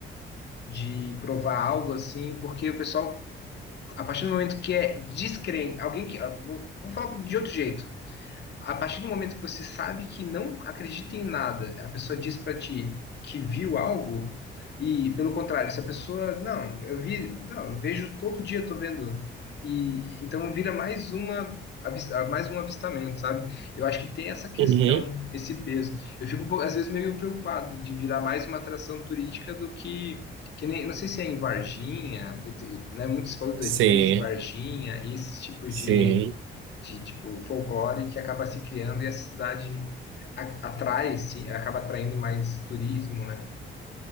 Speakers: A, on the left; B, on the right.
A: de provar algo assim, porque o pessoal, a partir do momento que é descrente, alguém que ah, vou, vou falar de outro jeito a partir do momento que você sabe que não acredita em nada, a pessoa diz pra ti que viu algo, e pelo contrário, se a pessoa, não, eu vi, não, eu vejo todo dia, tô vendo, e então vira mais uma avis- mais um avistamento, sabe? Eu acho que tem essa questão,
B: Uhum.
A: esse peso. Eu fico um pouco- às vezes meio preocupado de virar mais uma atração turística do que que nem, não sei se é em Varginha, ET, né? Muitos falam do
B: Sim,
A: ET de Varginha, esses tipos
B: sim.
A: de de tipo folclore que acaba se criando e a cidade a- atrai, sim, acaba atraindo mais turismo, né? <laughs>